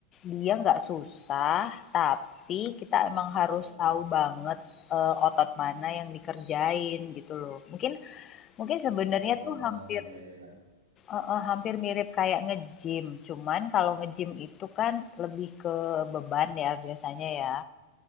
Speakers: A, on the left; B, on the right.
A: dia nggak susah, tapi kita emang harus
B: Oh,
A: tahu banget eh, otot mana yang dikerjain gitu loh. Mungkin Mungkin sebenarnya
B: oh
A: tuh hampir
B: iya iya iya.
A: eh, eh, hampir mirip kayak nge-gym, cuman kalau nge-gym itu kan lebih ke beban ya biasanya ya.